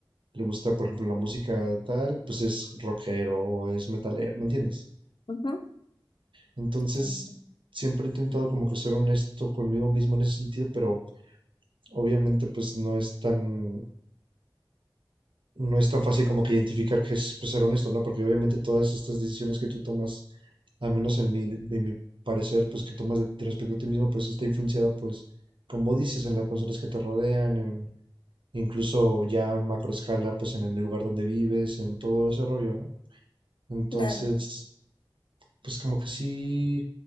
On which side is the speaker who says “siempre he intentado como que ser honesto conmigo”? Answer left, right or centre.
Right